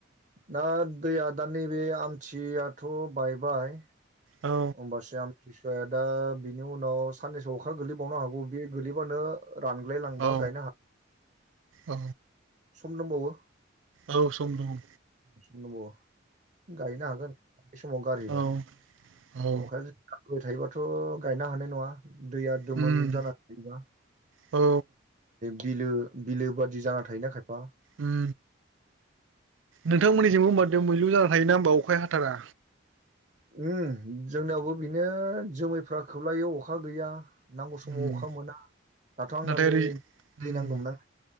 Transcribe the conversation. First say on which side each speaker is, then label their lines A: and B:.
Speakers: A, on the right; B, on the right.
A: दा दैया दा नैबे आमथियाथ बायबाय
B: औ
A: होमबासो आं खिसुआ दा बिनि उनाव साननैसोआव अखा गोलैबावनो हागौ बे गोलैबानो रानग्लाय लांबा
B: औ
A: गायनो हाग
B: औ
A: सम दंबावो।
B: औ सम दं।
A: सम दं गायनो हागोन है समाव गारहैबा।
B: औ औ
A: अखा हाबाय थायोबाथ' गायनो हानाय नङा। दैया दोमोल
B: उम
A: जानानै थायोना?
B: औ।
A: बिलो बिलो बादि जाना थायोना खायफा
B: उम नोंथांमोननिजोंमबो होमबा दोमैलु जाना थायो ना होमबा अखा हाथारा
A: ओम जोंनियावबो बिनो जोमैफ्रा खोबलायो अखा गैया। नांगौ समाव
B: उम
A: अखा मोना। दाथ आंना
B: नाथाय
A: नै
B: ओरै
A: दै
B: उम
A: नांगौमोन ना